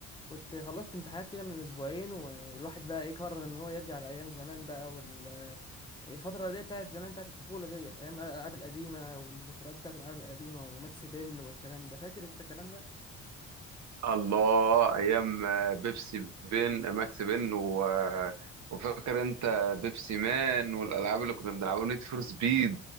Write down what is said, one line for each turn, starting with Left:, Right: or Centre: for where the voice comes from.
Left: كنت خلصت امتحانات كده من اسبوعين والواحد بقى ايه قرر ان هو يرجع لايام زمان بقى وال الفترة دي بتاعت زمان بتاعت الطفولة ديت أيام الألعاب القديمة والذكريات بتاعت الألعاب القديمة وماكس بن والكلام ده فاكر أنت الكلام ده؟
Right: الله ايام آه، بيبسي بن ماكس بن و... آه، وفاكر انت بيبسي مان والالعاب اللي كنا بنلعبها نيد فور سبيد